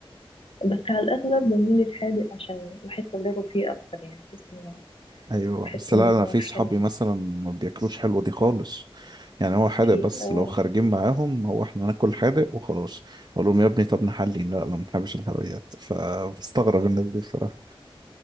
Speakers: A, on the left; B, on the right.
A: بس على الأغلب بميل للحادق عشان بحس إن باكل فيه أكتر يعني بحس إنه
B: أيوة
A: بحس
B: بس
A: إنه
B: لا أنا
A: هو
B: في
A: حلو
B: صحابي مثلا ما بياكلوش حلوة دي خالص يعني هو حادق
A: في
B: بس
A: اه
B: لو خارجين
A: ناس كتير
B: معاهم هو احنا ناكل حادق وخلاص اقول لهم يا ابني طب نحلي لا لا ما بنحبش الحلويات فبستغرب الناس دي بصراحة